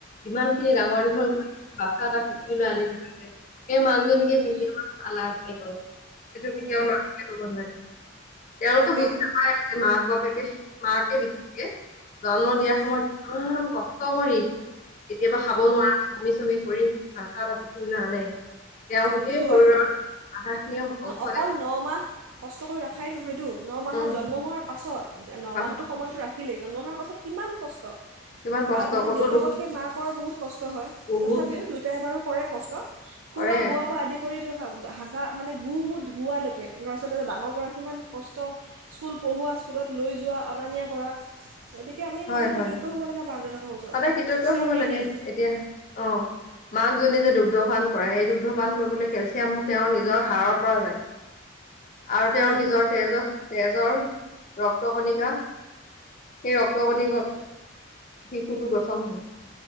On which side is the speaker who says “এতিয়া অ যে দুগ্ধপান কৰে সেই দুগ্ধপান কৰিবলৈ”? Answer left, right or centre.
Left